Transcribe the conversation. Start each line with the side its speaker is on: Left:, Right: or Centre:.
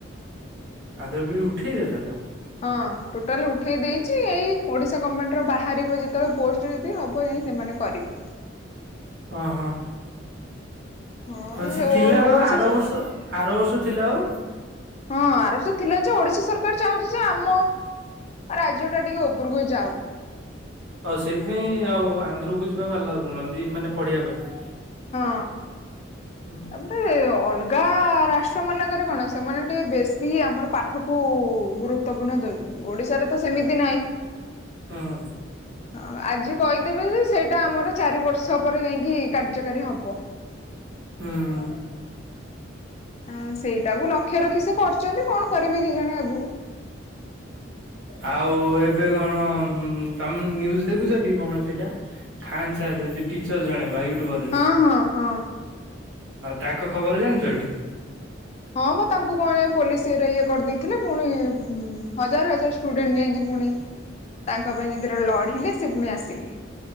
Right: ଆଉ ତ ବିଳି ଉଠେଇ ଦେେଲା ତମକୁ
Left: ହଁ ଟୋଟାଲି ଉଠେଇ ଦେଇଛି ଏଇ ଓଡିଶା ଗଭର୍ଣ୍ଣମେଣ୍ଟ ର ବାହାରିବ ଯେତେବେଳେ ପୋଷ୍ଟ ଯଦି ହବ ଯାଇଁ ସେମାନେ କରିବେ।
Right: ଓଁ ହଁ।
Left: ହଁ
Right: ହଉଛି ଥିଲା
Left: ଓ
Right: ବାବା
Left: ଓଡିଶା
Right: ଆର ବର୍ଷ ଆର ବର୍ଷ ଥିଲା ବାଉ
Left: ହଁ ଆରବ ସ ଥିଲା ଯେ ଓଡିଶା ସରକାର ଚାହୁଁଛି ଯେ ଆମ ଆଉ ରାଜ୍ୟ ଟା ଟିକେ ଉପରକୁ ଯାଉ
Right: ଆଉ ସେଇଥିପାଇଁ ଆଉ ଆନ୍ଧ୍ର କୁ ଯିବାକୁ ଆଲଗ କରୁନାହାନ୍ତି ମାନେ ପଢିବା ପାଇଁ
Left: ହଁ।
Right: ହ।
Left: ତାପଟେ ଅଲଗା ରାଷ୍ଟ୍ର ମାନଙ୍କରେ କଣ ସେମାନେ ଟିକେ ବେଶୀ ଆମର ପା ଠକୁ ଗୁରୁତ୍ୱପୂର୍ଣ୍ଣ ଦେଉଛନ୍ତି ଓଡିଶାରେ ତ ସେମିତି ନାହିଁ।
Right: ହଁ।
Left: ହଁ ଆଜି କହିଦେବେ ଯେ ସେଇଟା ଆମର ଚାରି ବର୍ଷ ପରେ ଯାଇକି କାର୍ଯ୍ୟକାରୀ ହବ।
Right: ହୁଁ।
Left: ଆ ସେଇଟାକୁ ଲକ୍ଷ୍ୟ ରଖି ସେ କରୁଛନ୍ତି କଣ କରିବି କେ ଜାଣି ଆଗକୁ
Right: ଆଉ ଏବେ କଣ ତମେ ନିୁଜ ଦେଖୁଛ କଣ ସେଇଟା ଖାନ୍ ସାର୍ ଖନ୍ଟିଚର ଜଣେ ବା ଅଟୋବର ଯ
Left: ହଁ ହଁ ହଁ।
Right: ତାଙ୍କ ଖବର ଜାଣିଛ ଏଠି
Left: ହଁ ମୁଁ ତାଙ୍କୁ କଣ ଯ ପୋଲିସ ଇରେ ଇଏ କରିଦେଇଥିଲେ ପୁଣି ହଜାର ହଜାର ଷ୍ଟୁଡେଣ୍ଟ ଯାଇକି ପୁଣି ତାଙ୍କ ପାଇଁ ଯେଦେର ଲଢିଲେ ସେ ପୁଣି ଆସିଲେ।